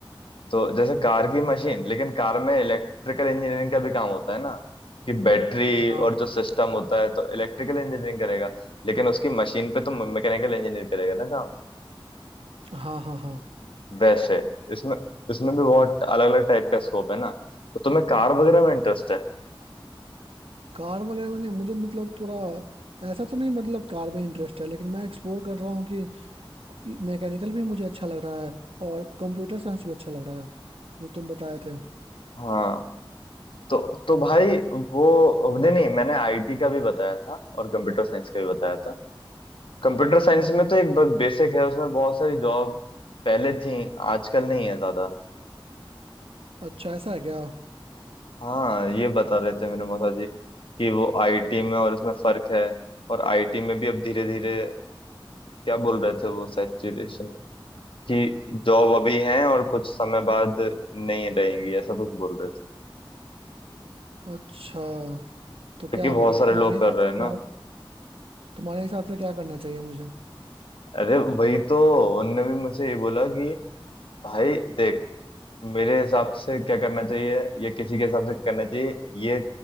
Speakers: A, on the left; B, on the right.
A: तो जैसे कार की मशीन लेकिन कार में इलेक्ट्रिकल इंजीनियरिंग का भी काम होता है ना कि बैटरी
B: हाँ
A: और जो सिस्टम होता है तो इलेक्ट्रिकल इंजीनियरिंग करेगा लेकिन उसकी मशीन पे तो मैकेनिकल इंजीनियर करेगा ना काम
B: हाँ हाँ हाँ
A: वैसे इसमें इसमें भी बहुत अलग अलग टाइप का स्कोप है ना तो तुम्हें कार वगैरह में इंटरेस्ट है
B: कार वगैरह में नहीं मुझे मतलब थोड़ा ऐसा तो नहीं मतलब कार में इंटरेस्ट है लेकिन मैं एक्सप्लोर कर रहा हूँ कि मैकेनिकल भी मुझे अच्छा लग रहा है और कंप्यूटर साइंस भी अच्छा लग रहा है जो तुम बताए थे
A: हाँ तो तो भाई वो नहीं नहीं मैंने आईटी का भी बताया था और कंप्यूटर साइंस का भी बताया था कंप्यूटर साइंस में तो एक बेसिक है उसमें बहुत सारी जॉब पहले थी आजकल नहीं है ज्यादा
B: अच्छा ऐसा है क्या
A: हाँ ये बता रहे थे मेरे माता जी कि वो आईटी में और इसमें फर्क है और आईटी में भी अब धीरे धीरे क्या बोल रहे थे वो सैचुरेशन कि जॉब अभी है और कुछ समय बाद नहीं रहेंगी ऐसा कुछ बोल रहे थे
B: अच्छा तो
A: क्योंकि
B: क्या
A: बहुत
B: मतलब
A: सारे
B: तुम्हारे
A: लोग
B: हिसाब
A: कर रहे
B: से
A: हैं
B: क्या
A: ना
B: तुम्हारे हिसाब से क्या करना चाहिए मुझे
A: अरे वही तो उनने भी मुझे ये बोला कि भाई देख मेरे हिसाब से क्या करना चाहिए या किसी के हिसाब से क्या करना चाहिए ये